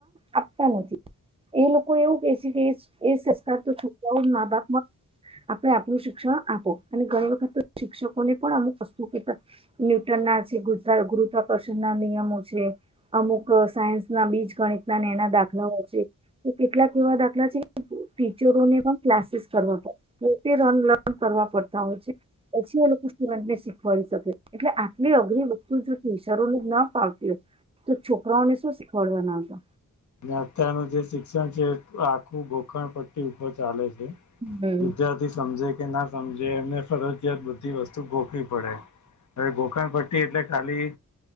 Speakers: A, on the right; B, on the left.
A: આપતા નથી. એ લોકો એવું કે છે કે એ સંસ્કાર તો છોકરાઓ મા બાપ માં આપણે આપણું શિક્ષણ આપો અને ઘણી વખત શિક્ષકોને પણ અમુક વસ્તુ કે ન્યૂટન ના છે ગુરા ગુરુત્કર્ષણ ના નિયમો છે અમુક સાયન્સ ના બી ગણિતનાને એના દાખલાઓ છે તો કેટલાક એવા દાખલા છે ટીચરોને પણ ક્લાસીસ કરવા પડ પોતે રન લર્ન કરવા પડતા હોય છે પછી એ લોકો સ્ટુડન્ટ ને શીખવાી શકે એટલે આટલી અઘરી વસ્તુ જોતી શરૂને ન ફાવતી હો તો છોકરાઓને શું શીખવાડવાના છે
B: અત્યારનું જે શિક્ષણ છે આખું ગોખણ પટ્ટી ચાલે છે
A: હમ
B: વિદ્યાર્થી સમજે કે ના સમજે એમને ફરજયાત બધી વસ્તુ ગોખવી પડે હવે ગોકણ પટ્ટી એટલે ખાલી